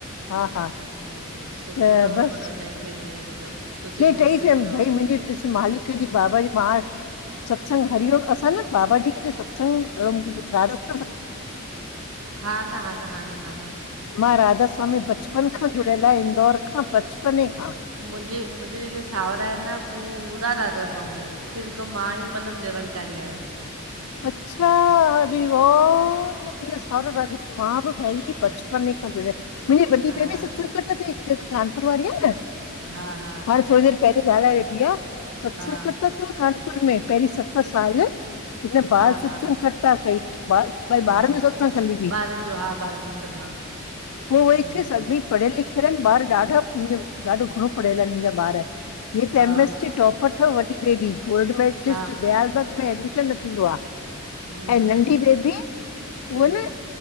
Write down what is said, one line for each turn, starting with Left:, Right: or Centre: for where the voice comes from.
Left: हा हा
Right: अच्छा सुठो
Left: त
Right: अथव
Left: बसि
Right: मतलब तव्हांजी फैमिलीअ में सभु सुठी
Left: न
Right: पोस्ट
Left: टही फमि
Right: ते अथव
Left: <unintelligible> भई मुंहिंजी ॾिसु मालिक कंहिंजंहिंजी बाबा जी म <unintelligible> सत्संग हरिओम असां न <unintelligible> बाबा जी कंहिंजो सत्संगत
Right: हा न हा न हा न हा न
Left: मां राधा स्वामी बचपन खां जुड़ियल आहियां इंदौर खां बचपन खां
Right: मुंहिंजे मुंहिंजे जेके सावरा आहिन न पूरा राधा स्वामी आहिनि सिर्फ़ हिकु मां ई मतलबु निरंक करे आयो
Left: अचछा रीवा त सारो राध <unintelligible> मां बि भाई बचपन ई खां जुड़िया मुंहिंजी वॾी
Right: हा
Left: भेण में सचन <unintelligible> क त चई कानपुर वारीअ आहे न
Right: हा हा
Left: हाणे थोरी देरि पहिरीं ॻाल्हाए वेठी आहे सत्संगट
Right: हा
Left: <unintelligible> त को कानपुर में पहिरीं सत साल इ बाल
Right: हा
Left: सत्संग
Right: हा
Left: करता <unintelligible> कई भई
Right: हा
Left: ॿारनि जो सत्संग कंदी तई
Right: ॿारनि जो हा बाल सत्संग <unintelligible>
Left: पो वरी सभई
Right: हूं
Left: पढ़ियल लिखियल आहिन ॿार ॾाडा मुंहिंजो ॾाडो घणो पढ़ियल आहिन मुंहिंजा ॿार हीअ कैमिस्ट्री
Right: हा
Left: टॉपर थव वॾी बेबी गोल्ड मेडलिस्ट
Right: हा
Left: <unintelligible> में ट्युशन थींदो आ
Right: हूं
Left: ऐं
Right: हूं
Left: नंढी
Right: हूं
Left: बेबी उह
Right: हूं
Left: न